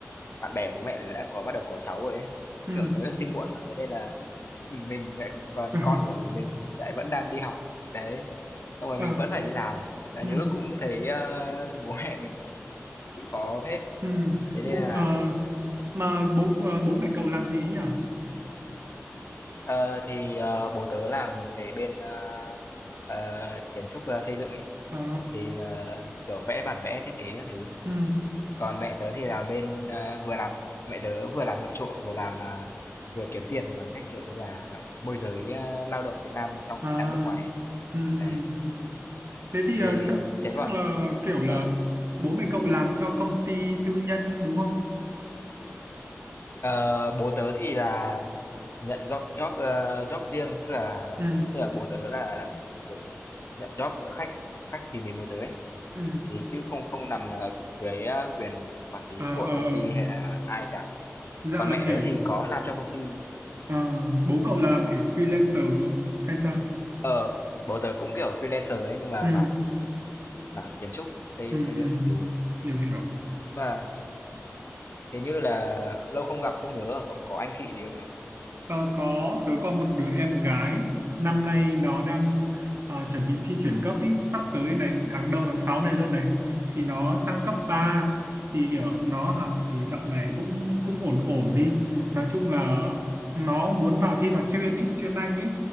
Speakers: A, on the left (about 55°); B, on the right (about 55°).
A: bạn bè bố mẹ tớ đã có bắt đầu có cháu rồi ấy.
B: ừ,
A: Kiểu, tớ được sinh muộn mà, thế nên là, <laughs> mình lại còn
B: <laughs>
A: con của người mình thì lại vẫn đang đi học, đấy, xong rồi
B: ờ,
A: mình vẫn phải đi làm, à,
B: ừ,
A: nhiều lúc cũng thấy, a, bố mẹ mình chịu khó hết,
B: ừ.
A: thế nên
B: Bố,
A: là
B: ờ, mà bố ờ, bố mẹ cậu làm gì ấy nhỉ?
A: Ờ, thì ờ, bố tớ làm về bên ờ, ờ, kiến trúc ờ, xây dựng ấy
B: Ờ,
A: thì ờ, kiểu vẽ bản vẽ thiết kế các thứ
B: ừ,
A: còn mẹ tớ thì làm bên ờ, vừa làm mẹ tớ vừa làm nội trợ vừa làm à, vừa kiếm tiền bằng cách kiểu như là môi giới ờ, lao động Việt Nam xong
B: à,
A: sang nước ngoài ấy.
B: ừ, ừ.
A: Đấy
B: Thế thì
A: thì
B: ờ, chắc
A: thế
B: chắc
A: còn
B: là kiểu
A: ờ,
B: là bố mẹ cậu làm cho công ty tư nhân đúng không?
A: ờ, bố tớ thì là nhận job job ờ, job riêng tức là
B: Ừ,
A: tức là bố tớ là kiểu như là nhận job khách khách tìm đến bố tớ ấy
B: ừ,
A: Thế chứ không không nằm, ờ, dưới, a, quyền, ờ, quản lý
B: à,
A: của
B: ờ, ờ.
A: công ty hay là ai cả.
B: Dạ
A: Còn
B: là
A: mẹ
B: kiểu
A: tớ thì có làm cho công ty. Ừm.
B: ờ, bố cậu là làm kiểu freelancer đúng không? Hay sao?
A: Ờ, bố tớ cũng, kiểu, freelancer ấy, nhưng mà
B: Ừ.
A: mảng mảng kiến trúc, xây
B: Ừ,
A: xây
B: ừ.
A: dựng các thứ.
B: hiểu hiểu
A: Nhưng mà hình như là lâu không gặp, không nhớ là cậu có anh chị gì không nhỉ?
B: ờ, có tớ có một đứa em gái năm nay nó đang ờ, chuẩn bị thi chuyển cấp ý, sắp tới này tháng đầu tháng 6 này luôn này thì nó sang cấp ba thì kiểu nó học thì dạo này cũng cũng ổn ổn đi nói chung là nó muốn vào thi vào chuyên ý chuyên Anh ý